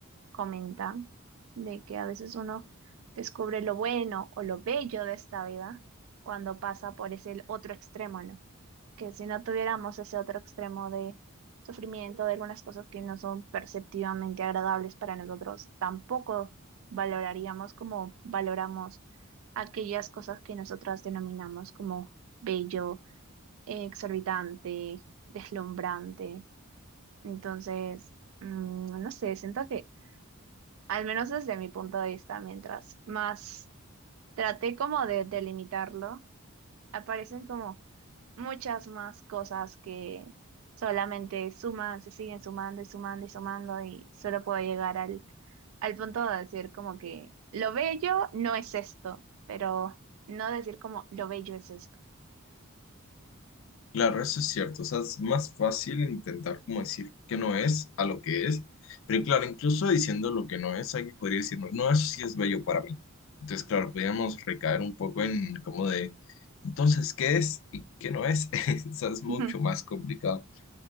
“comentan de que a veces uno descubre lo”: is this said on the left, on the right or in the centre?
Right